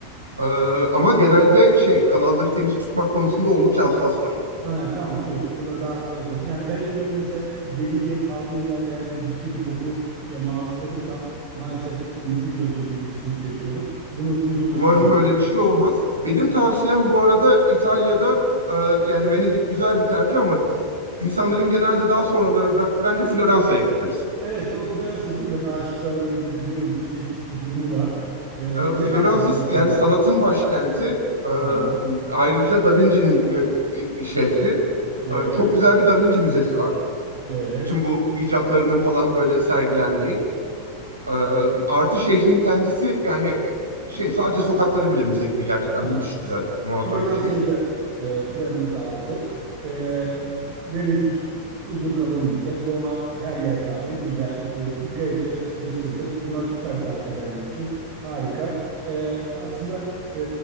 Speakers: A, on the right; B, on the right.
A: Ee, ama genelde şey kanalları temiz tutmak konusunda oldukça hassaslar.
B: Ha, tamam iyi. Buna rahatladım. Yani benim böyle mesela e, gece ge- kaldığım yerde eğer böyle ciddi bir kokuya maruz kalırsam maalesef işte uykuyla da ilgili sıkıntı yaşıyorum. Bunu duyduğuma
A: Umarım
B: sevindim.
A: böyle bir şey olmaz. Benim
B: Tamam.
A: tavsiyem bu arada İtalya'da e, yani Venedik güzel bir tercih ama insanların genelde daha sonralara bıraktı. Bence Floransa'ya gitmelisin.
B: Evet o floresan değil mi? Böyle aşıklarla ilgili de bir özdeşleşmiş bir durumu var. Ee,
A: E, Floransa
B: ne dersin floresanla
A: yani
B: ilgili?
A: sanatın başkenti. E,
B: Tamam.
A: ayrıca Da Vinci'nin e, şehri.
B: Evet.
A: E, çok güzel bir Da Vinci müzesi var.
B: Evet.
A: Bütün bu icatlarının falan böyle sergilendiği. E,
B: Tamam.
A: artı şehrin kendisi yani e, şey sadece sokakları bile müze gibi gerçekten
B: Tamam.
A: müthiş güzel bir şey, muazzam
B: Floransa'yı
A: bir şehir.
B: da e, planımıza aldık. E, Venedik uzun kalınmayacak. Roma her yer tarih, güzel. E, dikkat edeceğiz, hırsızlık. Bunlar süper tavsiyeler benim için. Harika. E, aslında e,